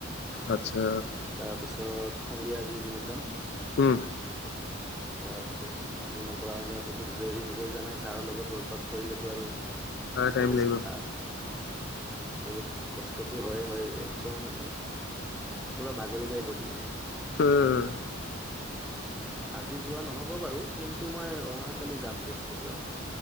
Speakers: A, on the left (about 55°); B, in the centre.
A: আচ্ছা।
B: তাৰপিছত সন্ধিয়া আজি জিমত যাম।
A: উম'।
B: <inaudible> তাৰপিছত জিমৰ পৰা আহোতে দেৰি হবই জানাই ছাৰৰ লগত ৱৰ্কআউট কৰিলে আৰু
A: আৰু টাইম
B: অৱস্থা
A: লাগিব
B: বহুত কষ্টতো হয়-হয় একদম মানে পুৰা ভাগৰি যায় বদি।
A: হম'।
B: আজি যোৱা নহব বাৰু কিন্তু তো মই অহাকালি যাম তেজপুৰ যাম,